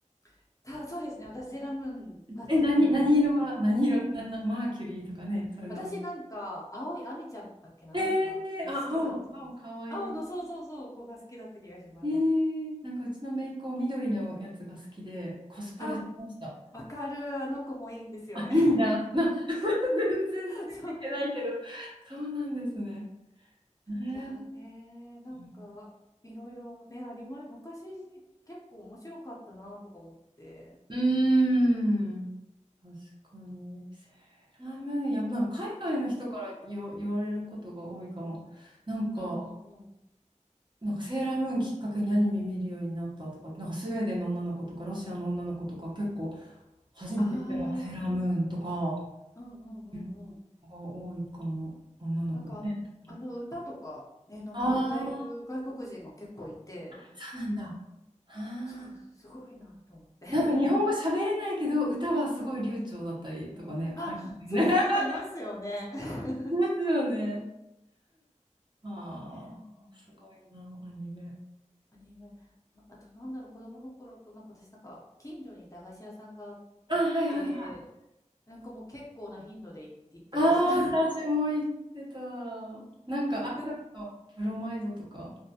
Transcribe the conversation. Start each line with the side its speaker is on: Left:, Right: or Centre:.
Left: <laughs> た、そうですね。私セーラームーンだったと思います。
Right: え、何、何色が、何色、な、な、マーキュリーとかね、それな。
Left: 私なんか、青い亜美ちゃんだっけな、
Right: えー、
Left: なんか、が好きだった気がし青の、
Right: あ、青、青、可愛い。
Left: そうそうそう、子が好きだった気がします。
Right: えー、なんかうちの姪っ子、緑のやつが好きで、コスプレしてました。
Left: あ、わかる、あの子もいいんですよね。
Right: あ、いいんだ。な、<laughs> 全然ついていけないけど。
Left: <laughs> そう。
Right: そうなんですね。ね
Left: いやーねー、なんか、
Right: え。
Left: いろいろね、ありま、昔、結構面白かったなとか思って。
Right: うーん。確かに。セーラームーン、やっぱ、なんか海外の人から言わ、言われることが多いかも。なんか、
Left: うんうんうん。
Right: なんかセーラームーンきっかけにアニメ見るようになったとか、なんかスウェーデンの女の子とか、ロシアの女の子とか、結構初めて見たのがセーラームーンとか、
Left: ああ、うんうんうんうん。
Right: いう子が多いかも、女の子はね。
Left: なんか、あのあの歌とか、ね、なんか歌える外国人が結構いて、
Right: ああ、そうなんだ。あー
Left: そう、すごいなと思って。<laughs>
Right: なんか日本語喋れないけど、歌はすごい流暢だったりとかね、
Left: あ、
Right: ありますよね。
Left: そうそうそう、
Right: <laughs> あ
Left: いますよね。<laughs>
Right: りますよね。ああ、
Left: えー
Right: すごいな、アニメ。
Left: アニメ。ああと、なんだろう、子供の頃と、なんか私、なんか、近所に駄菓子屋さんがあって、
Right: あ、はいはいはい。
Left: なんかもう結構な頻度でい行ってました。
Right: ああ、私も言ってた。なんかアイドルとブロマイドとか、
Left: <laughs> なんか、